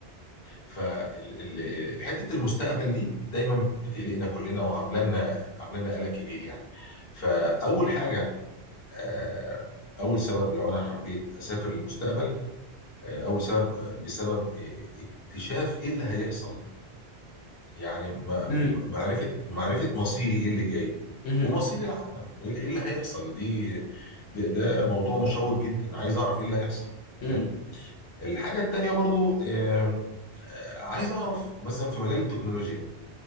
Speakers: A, on the left (about 60°); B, on the left (about 75°).
A: فحتة المستقبل دي دايما بتقلقنا كلنا وعاملانا عاملانا قلق كبير يعني فأول حاجة آه، أول سبب لو أنا حبيت أسافر للمستقبل آه، أول سبب آه، بسبب آه، اكتشاف إيه اللي هيحصل يعني ما-
B: مم.
A: ما- معرفة معرفة مصيري ايه اللي جاي
B: مهم.
A: ومصير العالم وايه اللي إيه اللي هيحصل دي ده, ده موضوع مشوق جدا عايز اعرف ايه اللي هيحصل تمام
B: مم.
A: الحاجة التانية برضو آم، آه، عايز اعرف مثلا في مجال التكنولوجيا